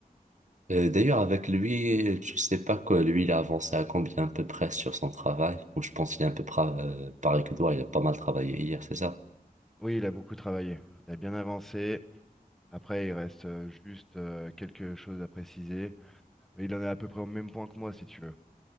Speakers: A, on the right; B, in the centre.
A: Euh, d'ailleurs, avec lui, je sais pas quoi, lui, il a avancé à combien à peu près sur son travail. Ou je pense qu'il est à peu près, euh, pareil que toi, il a pas mal travaillé hier, c'est ça?
B: Oui, il a beaucoup travaillé, il a bien avancé. Après, il reste euh, juste euh, quelque chose à préciser, mais il en est à peu près au même point que moi, si tu veux.